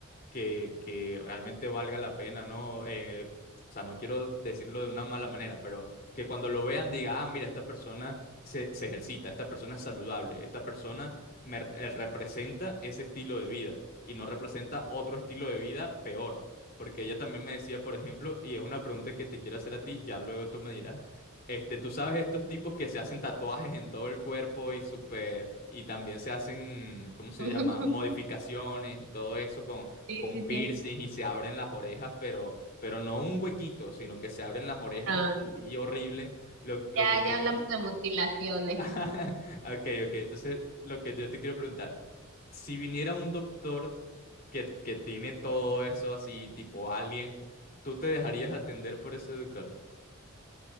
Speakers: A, on the left; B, on the right.
A: que, que realmente valga la pena, ¿no? Eh, o sea, no quiero decirlo de una mala manera, pero que cuando lo vean diga, ah, mira, esta persona se, se ejercita, esta persona es saludable, esta persona me re- eh, representa ese estilo de vida y no representa otro estilo de vida peor. Porque ella también me decía, por ejemplo, y es una pregunta que te quiero hacer a ti, ya luego tú me dirás, este, tú sabes estos tipos que se hacen tatuajes en todo el cuerpo y súper, y también se hacen, ¿cómo se
B: <laughs>
A: llama? Modificaciones y todo eso con,
B: Sí,
A: con
B: sí,
A: piercing
B: sí.
A: y se abren las orejas, pero, pero no un huequito, sino que se abren las orejas
B: Ah,
A: así horrible. Lo, lo
B: ya,
A: que te...
B: ya hablamos de mutilaciones.
A: <laughs> Ok, ok, entonces lo que yo te quiero preguntar, si viniera un doctor que, que tiene todo eso así, tipo alien, ¿tú te dejarías atender por ese doctor?